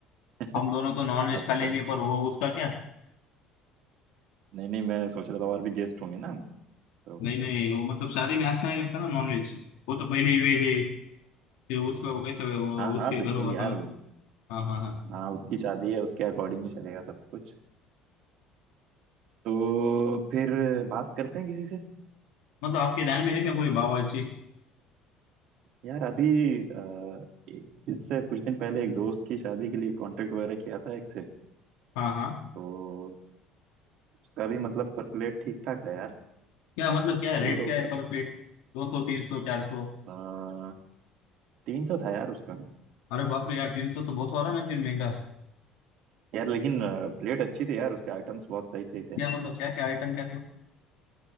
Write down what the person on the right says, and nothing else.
<laughs>
अच्छा
अच्छा
नहीं नहीं मैं सोच रहा था और भी गेस्ट होंगे ना तो
हाँ हाँ
बिल्कुल
यार
हाँ उसकी शादी है उसके अकॉर्डिंग ही चलेगा सब कुछ तो फिर बात करते हैं किसी से
यार अभी अ, एक- इससे कुछ दिन पहले एक दोस्त की शादी के लिए कांटेक्ट वगैरह किया था एक से
तो उसका भी मतलब पर प्लेट ठीक ठाक था यार
बोलो तो
उससे
बात, तीन सौ था यार उसका
यार लेकिन प्लेट अच्छी थी यार उसके आइटम्स बहुत सही सही थे अ,